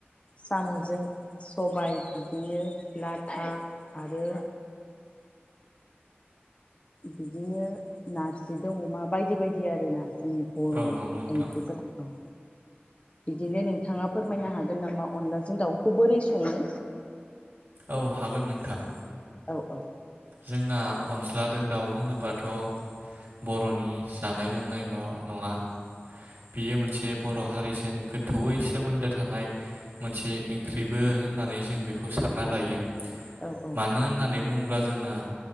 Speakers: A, on the left; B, on the right.
A: साम'जों सबाय बिदिनो लाथा आरो बिदिनो नारजिदों अमा बायदि बायदि आरो ना जोंनि बरनि
B: औ नंगौ नोंथां
A: ओंख्रिफोरा औ बिदिनो नोंथाङा फोरमायनो हागोन नामा अनलाजों दाउखौ बोरै सङो?
B: औ हागोन नोंथां।
A: औ औ
B: जोंना अनज्लाजों दाउ होनोबथ बरनि जानाय लोंनायल नङा बियो मोनसे बर हारिजों गोथौयै सोमोन्दो थानाय मोनसे इंख्रिबो होननानै जों बेखौ सानना लायो।
A: औ औ
B: मानो होननानै बुंब्ला जोंना